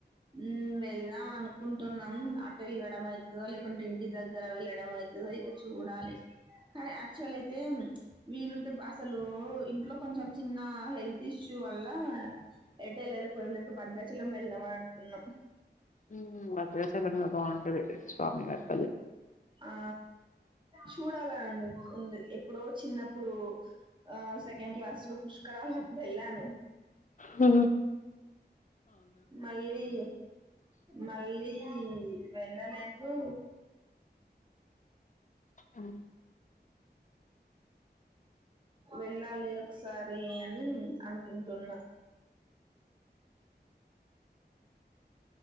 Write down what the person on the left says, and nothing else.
ఉమ్ భద్రాచలంలో బాగుంటది స్వామి వారు
హ
అ